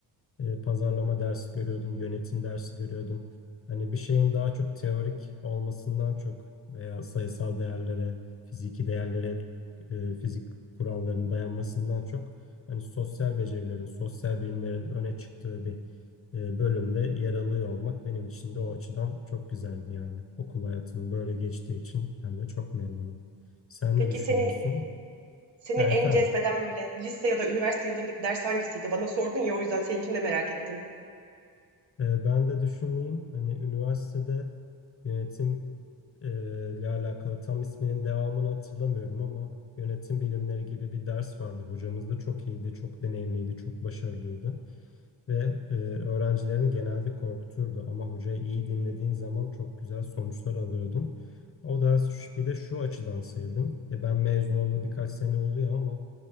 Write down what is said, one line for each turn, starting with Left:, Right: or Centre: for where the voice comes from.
Left: E, pazarlama dersi görüyordum, yönetim dersi görüyordum. Hani bir şeyin daha çok teorik olmasından çok veya sayısal değerlere, fiziki değerlere, e, fizik kurallarına dayanmasından çok hani sosyal becerilerin, sosyal bilimlerin öne çıktığı bir e, bölümde yer alıyor olmak benim için de o açıdan çok güzeldi yani. Okul hayatım böyle geçtiği için ben de çok memnunum. Sen ne
Right: Peki
Left: düşünüyorsun?
Right: seni seni
Left: Ha,
Right: en
Left: efendim.
Right: cezbeden böyle lise ya da üniversite yıllarındaki ders hangisiydi? Bana sordun ya o yüzden seninkini de merak ettim.
Left: E, ben de düşüneyim hani üniversitede yönetim e, ile alakalı tam isminin devamını hatırlamıyorum ama yönetim bilimleri gibi bir ders vardı. Hocamız da çok iyiydi, çok deneyimliydi, çok başarılıydı ve e, öğrencilerini genelde korkuturdu ama hocayı iyi dinlediğin zaman çok güzel sonuçlar alıyordun. O ders bir de şu açıdan sevdim. E, ben mezun olalı birkaç sene oluyor ama